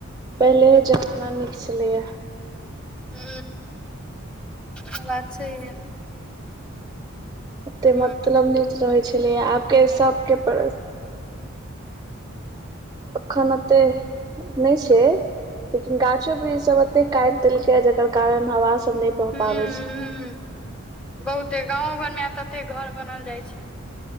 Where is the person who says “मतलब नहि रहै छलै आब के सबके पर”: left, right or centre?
Right